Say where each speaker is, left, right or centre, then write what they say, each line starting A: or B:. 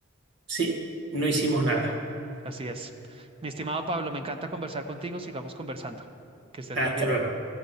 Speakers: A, on the right; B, on the right.
A: Sí, no hicimos nada.
B: Así es. Mi estimado Pablo, me encanta conversar contigo. Sigamos conversando. Que estés
A: Hasta
B: muy bien.
A: luego.